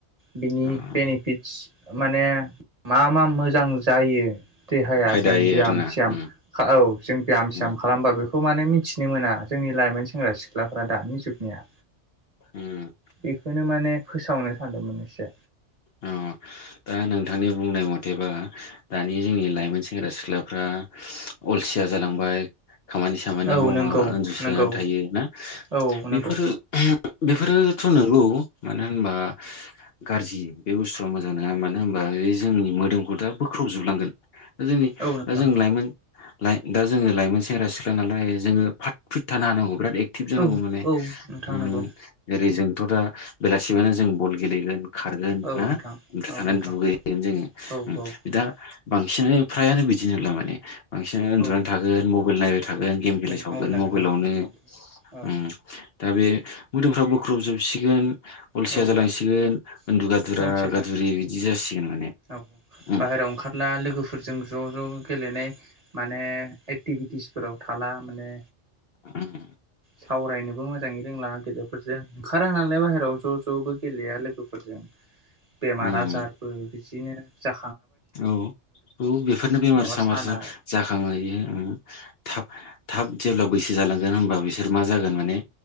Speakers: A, on the right; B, on the left.
A: बिनि
B: उम
A: बेनिफिटस माने मा मा मोजां जायो देहाया
B: फायदायै
A: जों ब्याम
B: आरोना
A: स्याम
B: उम
A: औ जों ब्याम
B: उम
A: स्याम खालामबा बेखौ माने मिथिनो मोना जोंनि लाइमोन सेंग्रा सिख्ला सिख्लाफ्रा दानि जुगनिया
B: उम
A: बेखौनो माने फोसावनो सान्दोंमोन एसे
B: अ दा नोंथांनि बुंनाय मथेबा दानि जोंनि लाइमोन सेंग्रा सिख्लाफ्रा अलसिया जालांबाय खामानि सामानि
A: औ
B: मावा
A: नंगौ
B: उन्दुसोनानै
A: नंगौ
B: थायो ना
A: औ
B: बेफोरो
A: नंगौ
B: बेफोरोथ' नंगौ मानो होनबा गाज्रि बे बुस्थुआ मोजां नङा मानो होनबा बे जोंनि मोदोमखौ दा बोख्रबजोबलांगोन जोंनि
A: औ नोंथां
B: जों लाइमोन दा जोङो लाइमोन सेंग्रा सिख्ला नालाय जोङो फात फिट थानो हानांगौ बिराद एकटिभ जानांगौ
A: औ
B: माने
A: औ नोंथां
B: ओम
A: नंगौ
B: जेरै जों सिगांथ' दा बेलासिमानि जों बल गेलेगोन खारगोन ना
A: औ नोंथां
B: ओमफ्राय
A: औ
B: थांनानै
A: नोंथां
B: दुगैगोन जोङो
A: औ औ
B: दा बांसिनानो फ्रायानो बिदि नंला माने बांसिन
A: औ
B: उन्दुनानै थागोन मबाइल नायबाय थागोन गेम गेलेबाय थागोन
A: मबाइल लागोन
B: मबाइलावनो
A: औ गेम औ
B: उम दा बे मोदौफ्रा बोख्रुबजोबसिगोन अलसिया
A: औ
B: जालांसिगोन उन्दुगादु गादुरा
A: औ
B: उन्दुगादुरि
A: थिग जागोन
B: बिदि जासिगोन। माने
A: औ
B: उम
A: बाहेरायाव ओंखारना लोगोफोरजों ज' ज' गेलेनाय माने एक्टिभिटिसफोराव थाना माने
B: <unintelligible>
A: सावरायनोबो मोजाङै रोंला गेदेरफोरजों ओंखारा नालाय बाहेरायाव ज' ज'बो गेलेया लोगोफोरजों बेमार
B: उम
A: आजारबो बिदिनो जा
B: औ औ बेफोरनो बेमार
A: माबा
B: सामार
A: सानाय
B: जाखांहोयो उम थाब थाब जेब्ला बैसो जालांगोन होनबा बिसोर मा जागोन माने